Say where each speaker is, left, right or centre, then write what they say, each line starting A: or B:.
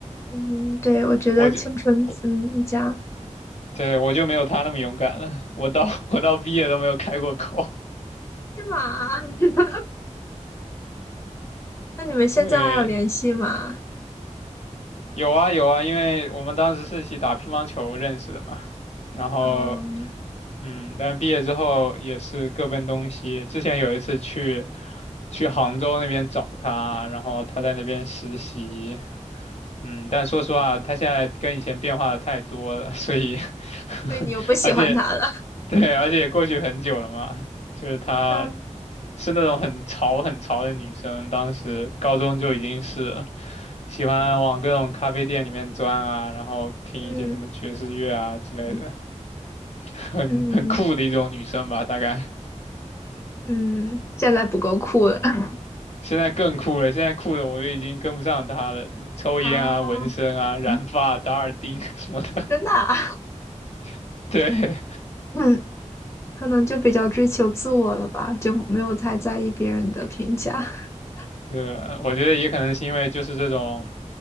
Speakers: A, on the left; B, on the left.
A: 嗯，对，我觉得青春，
B: 我就我
A: 嗯，一家
B: 对我就没有她那么勇敢了，我到 <laughs> 我到毕业都没有开过口。
A: 是吗？<laughs> 那你们现在还有联系吗？
B: <laughs> 对。有啊有啊，因为我们当时是一起打乒乓球认识的嘛，然后
A: 嗯
B: 嗯，但毕业之后也是各奔东西。之前有一次去去杭州那边找他，然后他在那边实习，
A: 嗯，
B: 嗯，但说实话，他现在跟以前变化的太多了，所以 <laughs>
A: 所以你又不喜欢他了。
B: 而且对，而且也过去很久了嘛，就是她
A: <laughs> 嗯
B: 是那种很潮很潮的女生，当时高中就已经是。喜欢往各种咖啡店里面钻啊，然后听一些什么爵士乐啊之类的，
A: 嗯嗯
B: <laughs> 很很酷的一种女生吧，
A: 嗯
B: 大概。
A: 嗯，现在不够酷了。<laughs>
B: 现在更酷了，现在酷的我都已经跟不上她了，抽烟啊、
A: 啊，
B: 纹身啊、染发、
A: 嗯
B: 打耳钉 <laughs> 什么的。
A: 真的啊，
B: <laughs> 对，
A: <laughs> 嗯，可能就比较追求自我了吧，就没有太在意别人的评价。<laughs>
B: 对，我觉得也可能是因为就是这种